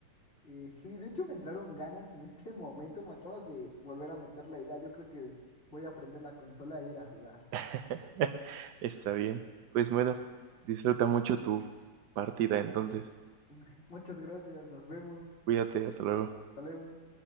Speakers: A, on the left; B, on the right.
A: Eh, sí, de hecho me entraron ganas en este <laughs> momento, me acabas de volver a meter la idea, yo creo que voy a prender la consola e ir a jugar.
B: <laughs> Está bien. Pues bueno, disfruta mucho tu partida entonces.
A: <laughs> Muchas gracias, nos vemos,
B: Cuídate, hasta luego.
A: hasta luego.